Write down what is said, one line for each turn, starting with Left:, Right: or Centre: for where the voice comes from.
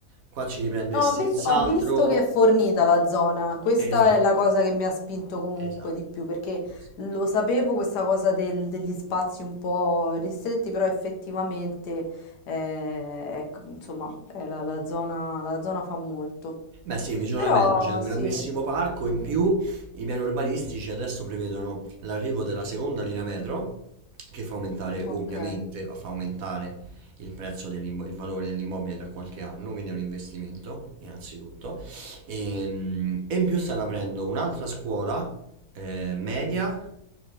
Right: qua ci riprende
Left: No,
Right: senz'altro.
Left: ho vis- ho visto che è fornita la zona, questa
Right: Esatto,
Left: è la cosa che mi ha spinto comunque
Right: esatto.
Left: di più, perché
Right: esatto.
Left: lo sapevo questa cosa del- degli spazi un po' ristretti, però effettivamente, eh, ecco, insomma, è la la zona, la zona fa molto.
Right: Beh sì, vicino
Left: Però
Right: alla metro c'è un
Left: sì,
Right: grandissimo parco,
Left: Mm,
Right: in più
Left: mm.
Right: i piani urbanistici adesso prevedono l'arrivo della seconda linea metro, che fa aumentare
Left: Ok,
Right: ovviamente, fa aumentare il prezzo dell'immo- il valore dell'immobile tra qualche anno, quindi è un investimento innanzitutto, Ehm, e, in più stanno aprendo un'altra scuola eh, media